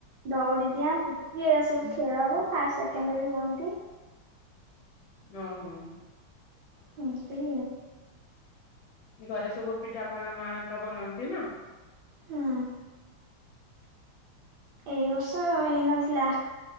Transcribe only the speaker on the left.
ଓ ହୋ।
ଘରେ ସବୁ ପିଠାପଣା ମା ଏକା ବନାନ୍ତି ନା?